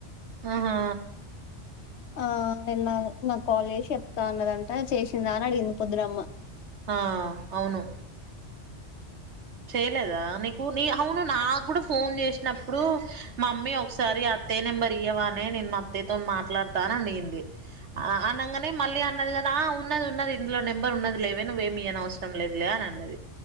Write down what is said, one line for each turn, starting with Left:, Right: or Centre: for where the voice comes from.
Right: ఆహా
Left: ఆ నిన్న నాక్ కాల్ చేసి చెప్తా అన్నదంట చేసిందా అని అడిగింది పొద్దున అమ్మ
Right: ఆ అవును ఇయ్యలేదా నీకు నీ అవును నాకు కూడా ఫోన్ చేసినప్పుడు, మమ్మీ ఒకసారి అత్తయ్య నెంబర్ ఇయ్యవా నే నేన్ మా అత్తయ్యతో మాట్లాడతా అని అడిగింది, ఆనంగనే మళ్ళీ అన్నది కదా, ఆ ఉన్నది ఉన్నది ఇందులో నెంబర్ ఉన్నది లేవే, నువ్వేమి ఇవ్వ నవసరం లేదు లే అని అన్నది